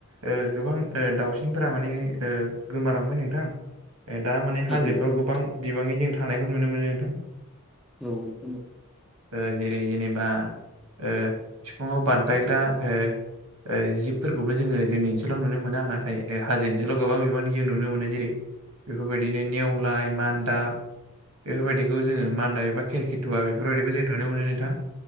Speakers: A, on the right; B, in the centre.
A: ओ गोबां ओ दाउसिनफोरा माने ओ गोमालांबाय नोंथां। दा माने
B: औ
A: हाजोफ्राव
B: नोंथां
A: गोबां बिबाङै जों थानायखौ नुनो मोनो नोंथां।
B: औ औ नोंथां
A: ओ जेरै जेनेब बा ओ फिफाङाव बारबायग्रा ओ जिबफोरखौबो जोङो जोंनि ओनसोलाव नुनो मोना नाथाय हाजो ओनसोलाव गोबां बिबांनि जों नुनो मोनो जेरै बेफोरबायदिनो नेवलाय मान दा बेफोरबायदिखौ जोङो मान्दा एबा खेरखिथुवा बेफोरबायदिखौ जों थुनो मोनो नोंथां।